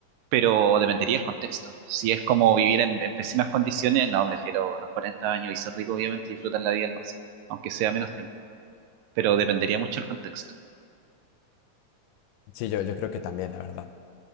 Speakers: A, on the right; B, on the left.
A: pero dependería el contexto. Si es como vivir en, en pésimas condiciones, no, prefiero los 40 años y ser rico, obviamente, y disfrutar la vida al máximo, aunque sea menos tiempo. Pero dependería mucho el contexto.
B: Sí, yo, yo creo que también, la verdad. O